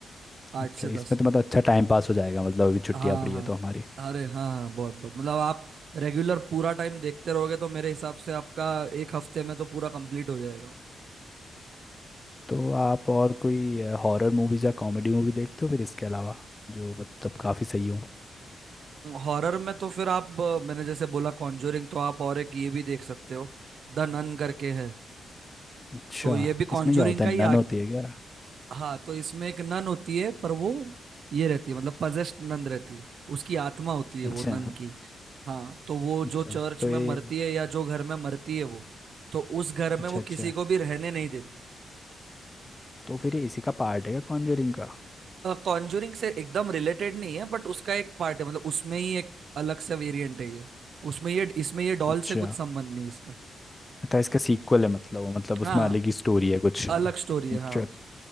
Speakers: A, on the right; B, on the left.
A: आठ
B: अच्छा
A: से
B: इसमें
A: दस
B: तो मतलब अच्छा टाइम पास हो जाएगा मतलब अभी छुट्टियाँ
A: हाँ
B: पड़ी
A: हाँ
B: है तो हमारी
A: अरे हाँ हाँ बहुत बहुत मतलब आप रेगुलर पूरा टाइम देखते रहोगे तो मेरे हिसाब से आपका एक हफ्ते में तो पूरा कंप्लीट हो जाएगा
B: तो आप और कोई हॉरर मूवीज या कॉमेडी मूवी देखते हो फिर इसके अलावा जो मतलब काफ़ी सही हो
A: हॉरर में तो फिर आप अ, मैंने जैसे बोला कॉन्जोरिंग तो आप और एक ये भी देख सकते हो द नन करके है
B: अच्छा
A: तो ये भी
B: इसमें
A: कॉन्जोरिंग
B: क्या होता
A: का
B: है
A: ही
B: नन होती है क्या
A: हाँ तो इसमें एक नन होती है पर वो ये रहती है मतलब पजेस्ट नन रहती है उसकी आत्मा होती है
B: अच्छा
A: वो नन की हाँ तो वो
B: अच्छा
A: जो चर्च
B: तो
A: में
B: ये
A: मरती है या जो घर में मरती है वो तो उस घर में
B: अच्छा
A: वो
B: अच्छा
A: किसी को भी रहने नहीं देती
B: तो फिर ये इसी का पार्ट है क्या कॉन्जरिंग का
A: कॉन्जूरिंग से एकदम रिलेटेड नहीं है बट उसका एक पार्ट है मतलब उसमें ही एक अलग सा वेरिएंट है ये उसमें ये इसमें ये डॉल
B: अच्छा
A: से कुछ संबंध नहीं है इसका
B: तो इसका सीक्वल है मतलब वो मतलब उसमें
A: हाँ
B: अलग ही स्टोरी है कुछ
A: अलग स्टोरी है
B: अच्छा
A: हाँ